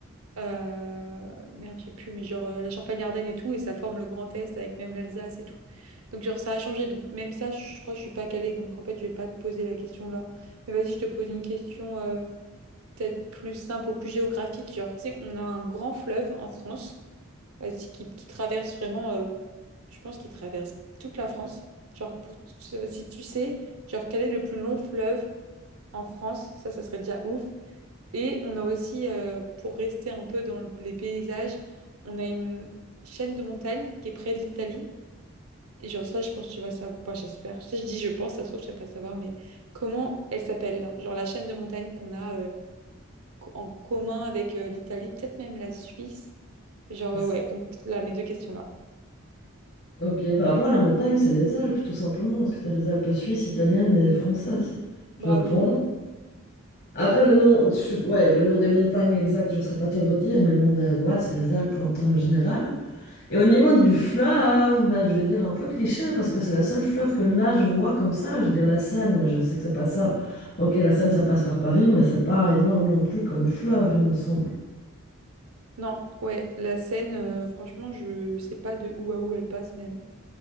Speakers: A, on the right (about 90°); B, on the left (about 45°).
A: euh, merde, j'ai plus, mais genre euh, la Champagne-Ardenne et tout, et ça forme le Grand Est avec même l'Alsace et tout. Donc, genre, ça a changé. Donc, même ça, je crois que je suis pas calée. Donc, en fait, je vais pas te poser la question là. Mais vas-y, je te pose une question euh, peut-être plus simple ou plus géographique. Genre, tu sais, on a un grand fleuve en France, vas-y, qui, qui traverse vraiment, euh, je pense qu'il traverse toute la France. Genre, pour, si tu sais, genre, quel est le plus long fleuve en France? Ça, ça serait déjà ouf. Et on a aussi, euh, pour rester un peu dans le- les paysages, on a une chaîne de montagne qui est près de l'Italie. Et genre ça, je pense que tu vas savoir, enfin j'espère, ça je dis je pense, ça se trouve, tu vas pas savoir, mais comment elle s'appelle? Genre genre, la chaîne de montagne qu'on a euh, co- en commun avec euh, l'Italie, peut-être même la Suisse. Mais Genre euh,
B: C'est-
A: ouais, donc là, mes deux questions là.
B: Ok, par rapport à la montagne, c'est les Alpes tout simplement. Parce que t'as les Alpes suisses, italiennes et françaises.
A: Bravo.
B: Je pense. Après, le nom, je- ouais, le nom des montagnes exact, je ne saurais pas te le redire, mais le nom des ouais, c'est les Alpes en termes généraux. Et au niveau du fleuve, ben, je vais dire un peu cliché, parce que c'est la seule fleuve que là, je vois comme ça. Je veux dire la Seine, mais je sais que c'est pas ça. Ok, la Seine, ça passe par Paris, mais c'est pas énorme non plus comme fleuve, il me semble.
A: Non, ouais, la Seine, euh, franchement, je sais pas de où à où elle passe même.